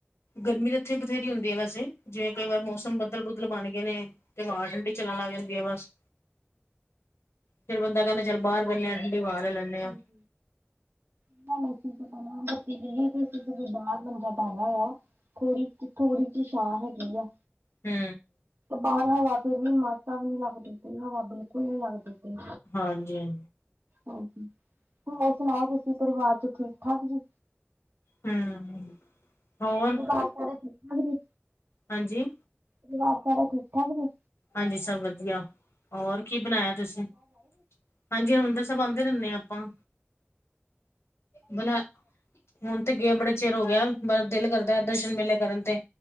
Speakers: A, on the left (about 80°); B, on the right (about 60°).
A: ਗਰਮੀ ਤਾਂ ਇੱਥੇ ਬਥੇਰੀ ਹੁੰਦੀ ਐ ਵੈਸੇ ਜਿਵੇਂ ਕਈ ਵਾਰ ਮੌਸਮ ਬਦਲ ਬੁਦਲ ਬਣ ਗਏ ਨੇ ਤੇ ਹਵਾਂ ਠੰਡੀ। ਲੱਗ ਜਾਂਦੀ ਆ ਬਸ ਫਿਰ ਬੰਦਾ ਕਹਿੰਦਾ ਚੱਲ ਬਾਹਰ ਬਹਿਣੇ ਆ ਠੰਡੀ ਹਵਾ ਲੈ ਲੈਂਦੇ ਆ।
B: ਹੂੰ, <unintelligible> ਤੇ ਅਸੀਂ ਮੰਜਾ ਡਾਇਆ ਆ। ਥੋੜੀ ਥੋੜੀ ਜੀ ਛਾਂ ਹੈਗੀ ਆ।
A: ਹੂੰ,
B: ਬਾਹਰ ਹਵਾ ਫੇਰ ਵੀ ਮਾਸਾ ਵੀ ਨੀ ਲੱਗਦੀ ਪਈ ਹਵਾ ਬਿਲਕੁਲ ਨੀ ਲੱਗਦੀ ਪਈ।
A: ਹਾਂਜੀ ਹਾਂਜੀ।
B: ਹਾਂਜੀ ਹੋਰ ਸੁਣਾਓ ਤੁਸੀਂ ਪਰਿਵਾਰ ਚ ਠੀਕ ਠਾਕ ਜੀ।
A: ਹੂੰ। ਹੋਰ
B: ਘਰ ਸਾਰੇ ਠੀਕ ਠਾਕ ਜੀ।
A: ਹਾਂਜੀ।
B: ਪਰਿਵਾਰ ਸਾਰਾ ਠੀਕ-ਠਾਕ ਜੇ?
A: ਹਾਂਜੀ ਸਭ ਵਧੀਆ, ਔਰ ਕੀ ਬਣਾਇਆ ਤੁਸੀਂ? ਹਾਂਜੀ ਹਰਿਮੰਦਰ ਸਾਹਿਬ ਆਉਂਦੇ ਰਹਿੰਨੇ ਆਪਾਂ। ਬਲਾ ਹੁਣ ਤੇ ਗਏ ਬੜੇ ਚਿਰ ਹੋ ਗਿਆ, ਬ ਦਿਲ ਕਰਦਾ ਦਰਸ਼ਨ ਮੇਲੇ ਕਰਨ ਤੇ